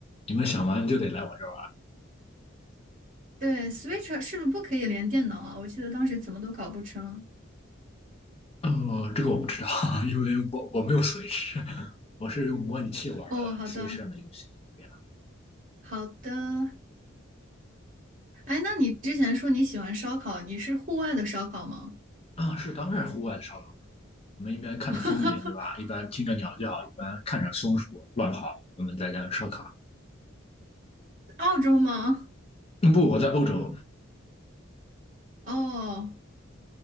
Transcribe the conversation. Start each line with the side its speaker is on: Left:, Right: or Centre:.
Left: 你们想玩就得来我这
Right: 对，Switch 是不是不可以连电脑啊？我记得当时怎么都搞不成。
Left: 玩，呃，这个我不知道，<laughs> 因为我我没有 Switch，<laughs> 我是用模拟器玩的
Right: 哦，好的，
Left: Switch 上的游戏，这样
Right: 好的。哎，那你之前说你喜欢烧烤，你是户外的烧烤吗？
Left: 啊是当然户外的烧烤，我们一边看着风景对吧？
Right: <laughs>
Left: 一边听着鸟叫，一边看着松鼠乱跑，我们在那烧烤。
Right: 澳洲吗？
Left: 嗯不，我在欧洲，
Right: 哦，